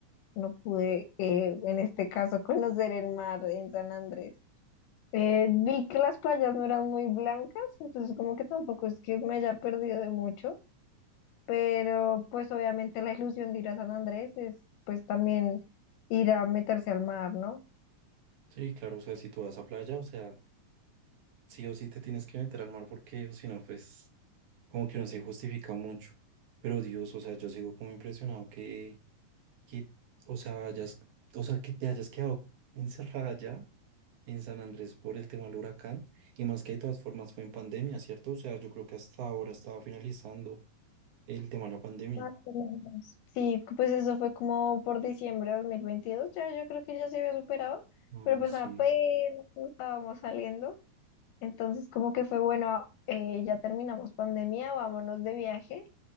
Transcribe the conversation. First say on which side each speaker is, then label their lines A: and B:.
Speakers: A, on the left; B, on the right.
A: no pude eh, en este caso <laughs> conocer el mar en San Andrés. Eh, vi que las playas no eran muy blancas, entonces como que tampoco es que me haya perdido de mucho, pero pues obviamente la ilusión de ir a San Andrés es pues también ir a meterse al mar, ¿no?
B: Sí, claro, o sea, si tú vas a playa, o sea, sí o sí te tienes que meter al mar porque o si no, pues... como que no se justifica mucho. Pero Dios, o sea, yo sigo como impresionado que, que, o sea, hayas, o sea, que te hayas quedado encerrada ya en San Andrés por el tema del huracán. Y más que de todas formas fue en pandemia, ¿cierto? O sea, yo creo que hasta ahora estaba finalizando el tema de la pandemia.
A: Más o menos. Sí, pues eso fue como por diciembre de dos mil veintidós ya yo creo que ya se había superado,
B: No,
A: pero pues
B: sí.
A: apenas estábamos saliendo, entonces como que fue bueno, eh, ya terminamos pandemia, vámonos de viaje